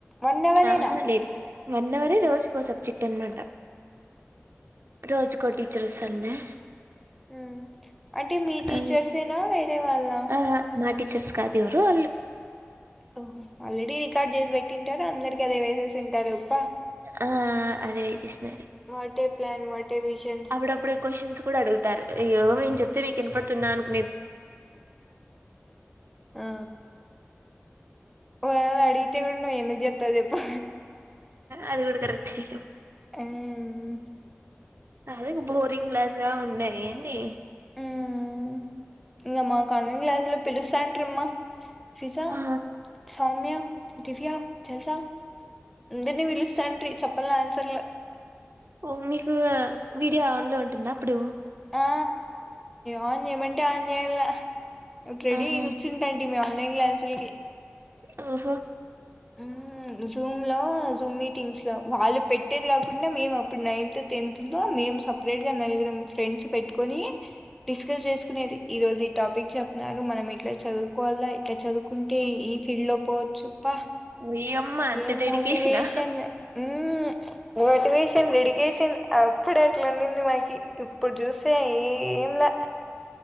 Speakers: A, in the centre; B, on the right (about 60°).
A: వన్ అర్
B: ఆహా
A: ఏనా
B: లేదు వన్ అవరే రోజుకో సబ్జెక్ట్ అన్మాట రోజుకో టీచర్ వస్తారు
A: మ్మ్ అంటే మీ టీచర్సేనా
B: ఆ
A: వేరే వాళ్ళ
B: ఆహా మా టీచర్స్ కాదు ఎవరో వాళ్ళు
A: ఓహొ ఆల్రెడి రికార్డ్ జేస్ బెట్ తింటాడు అందరికి అదే వేసేసుంటాడు ఉబ్బా
B: ఆ అదే వెస్నా
A: what a plan what a vision
B: అప్పుడప్పుడు క్వసన్సు కూడా అడుగుతారు అయ్యో మేం చెప్తే మీకినపడుతుందా అను
A: ఆ వాగ్ అడిగితే కూడ్ మో ఎందు జెప్తావ్ జెప్పు
B: అది కూడా కరెక్టే
A: మ్మ్
B: అధింగ బోరింగ్ గ్లాస్ గా ఉన్నా ఏంది
A: మ్మ్ ఇంగ మా కన్న గ్లాస్ లో పిలుసాంట్రమ్మా ఫిజా
B: ఆ
A: సౌమ్య దివ్య చెలుసా అందరినీ పిలుస్తాండ్రి చప్ అప్పలా ఆన్సర్లు
B: ఓ మీకు వీడియో ఆన్ లో ఉంటుందా అప్పుడు
A: ఆ ఆన్ చేయమంటే ఆన్ జెయ్యల్ల అట్ రెడీ
B: ఆహా
A: అయి కూర్చుంటంటి మేము అన్ని గ్లాసుల్కి
B: ఓహో
A: మ్మ్ జూమ్ లో జూమ్ మీటింగ్స్ లో వాళ్ళు పెట్టేది కాకుండా మేము అప్పుడు నైన్త్ టెన్త్ లో మేము సపరేట్ గా నలిగరం ఫ్రెండ్స్ పెట్కొని డిస్కస్ చేసుకునేది ఈ రోజు ఈ టాప్ పిక్ చెప్న్నారు మనం ఇట్లా చదువుకోవాలా ఇట్లా చదువుకుంటే ఈ ఫీల్డ్ లో పోవచ్చు ప్ప
B: ఓయమ్మ అంత
A: ఏం
B: డెడికేషనా
A: మోటివేషన్ మ్మ్ మోటివేషన్ రెడికేషన్ అబ్ ప్పుడట్లున్నింది మాకి ఇప్పుడ్ జూసే ఏం ల